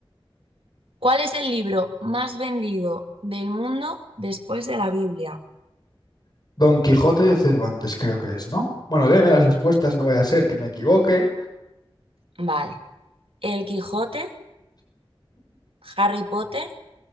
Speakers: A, on the right (about 75°); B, on the left (about 45°).
A: ¿Cuál es el libro más vendido del mundo después de la Biblia?
B: Don Quijote de Cervantes, creo que es, ¿no? Bueno, déme las respuestas, no voy a ser que me equivoque.
A: Vale. El Quijote, Harry Potter,